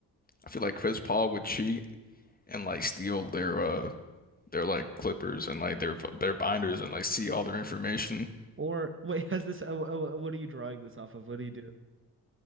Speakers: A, on the left; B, on the right.
A: I feel like Chris Paul would cheat and like steal their uh their like clippers and like their their binders and like see all their information. <laughs>
B: Or wait, has this? Uh, uh, what are you drawing this off of? What do you do?